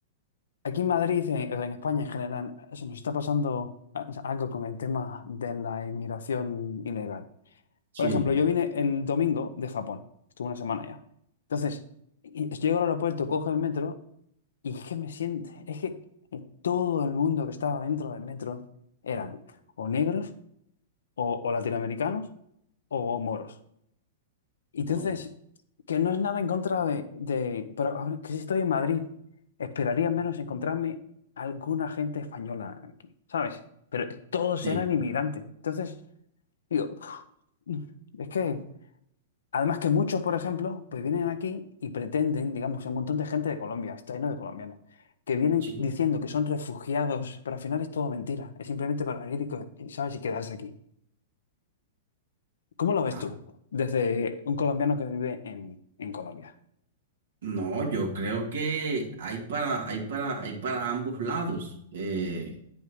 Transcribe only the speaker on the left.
aquí en Madrid, en, en España en general, se nos está pasando a- algo con el tema de la inmigración ilegal.
Por ejemplo, yo vine el domingo de Japón. Estuve una semana ya. Entonces, y- llego al aeropuerto, cojo el metro y es que me siento... Es que eh, todo el mundo que estaba dentro del metro eran o negros o, o latinoamericanos o moros. Y entonces,
que no es nada en contra de, de- pero a ver, que si estoy en Madrid, esperaría menos encontrarme alguna gente española aquí, ¿sabes? Pero todos
eran inmigrantes. Entonces, digo, uf, es que, además que muchos, por ejemplo, pues vienen aquí y pretenden, digamos, un montón de gente de Colombia, está lleno de colombianos, que vienen
diciendo que son refugiados, pero al final es todo mentira, es simplemente para venir y, co- y, ¿sabes? y quedarse aquí. ¿Cómo lo ves
tú? Desde un colombiano que vive en, en Colombia.